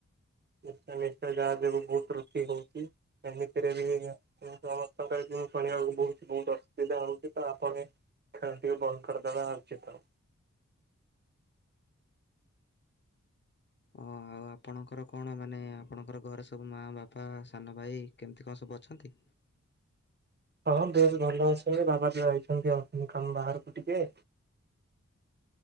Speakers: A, on the right (about 35°); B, on the left (about 40°).
A: ନିଶ୍ଚୟ ନିଶ୍ଚୟ ଯାହା ଯୋଗୁଁ ବହୁତ ତୃଟି ହଉଛି ଏମିତିରେ ବି ସମସ୍ତଙ୍କର ଜ୍ୱାଇଁପାଣିଆକୁ ବହୁତ ବହୁତ ଅସୁବିଧା ହଉଛି ତ ଆପଣ ଏଟାକୁ ଟିକେ ବନ୍ଦ କରିଦବା ଉଚିତ।
B: ଓ ଆଉ ଆପଣଙ୍କର କଣ ମାନେ ଆପଣଙ୍କର ଘରେ ସବୁ ମାଆ, ବାପା, ସାନ ଭାଇ କେମିତି କଣ ସବୁ ଅଛନ୍ତି?
A: ହଁ ବେଶ୍ ଭଲ ଅଛନ୍ତି। ବାବା ଟିକେ ଯାଇଛନ୍ତି ଆଉ କଣ କାମ ବାହାରକୁ ଟିକେ।